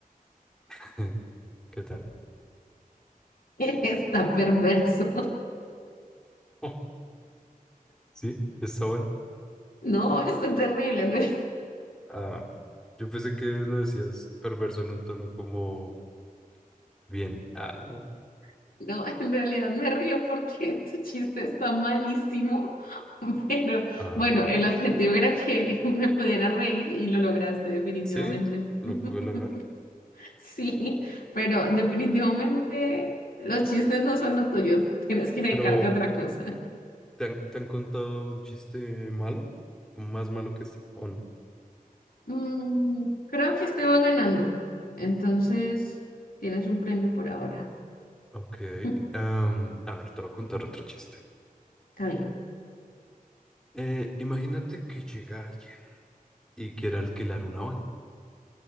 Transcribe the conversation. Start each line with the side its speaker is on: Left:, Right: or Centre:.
Centre: <laughs> ¿Qué tal?
Left: <laughs> Está perverso.
Centre: Oh, ¿Sí? ¿Está bueno?
Left: No, esto es terrible. en real-
Centre: Ah, yo pensé que lo decías perverso en un tono como bien. Ah,
Left: <laughs> No, en realidad me río porque <laughs> tu chiste está malísimo. <laughs> Pero
Centre: ay.
Left: bueno, el objetivo era que <laughs> me pudiera reír y lo lograste definitivamente.
Centre: ¿Sí? Lo
Left: <laughs>
Centre: pude lograr.
Left: Sí, pero definitivamente los chistes no son lo tuyo. Tienes que dedicarte
Centre: Pero,
Left: a otra cosa.
Centre: ¿te han, te han contado un chiste malo? ¿Más malo que este o no?
Left: Mm, creo que estoy va ganando. Entonces, tienes un premio por ahora.
Centre: Ok.
Left: <laughs>
Centre: am, a ver, te voy a contar otro chiste.
Left: Está bien.
Centre: Eh, imagínate que llega alguien y quiere alquilar una van